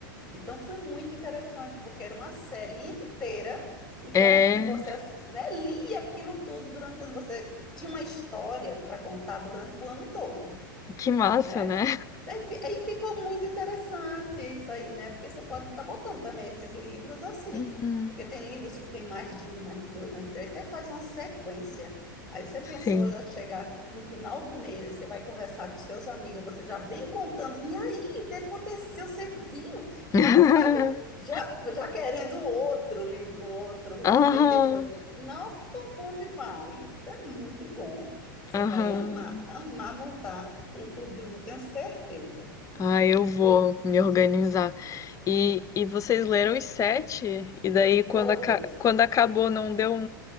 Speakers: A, in the centre; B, on the left.
A: Então foi muito interessante, porque era uma série inteira, então,
B: É,
A: e você, né, lia aquilo tudo durante o ano, você tinha uma história para contar durante o ano todo,
B: que massa,
A: né?
B: né?
A: Daí fi- Aí ficou muito interessante isso aí, né? Porque você pode estar botando também esses livros assim,
B: Uhum.
A: porque tem livros que tem mais de um, mais de dois, mais de três, você faz uma sequência. Aí você pensou
B: Sim.
A: já chegar no final do mês, você vai conversar com seus amigos, você já vem contando, e aí, o que aconteceu? Você viu,
B: <laughs>
A: tal, sabe? Já, já querendo outro livro, outro, o
B: Aham.
A: que vem depois. Nossa, é bom demais, é muito bom. Você
B: Aham.
A: vai amar, amar montar um clubinho, eu tenho certeza.
B: Ah, eu vou me organizar. E, e vocês leram os sete? E daí, quando,
A: Todos.
B: aca- quando acabou, não deu um,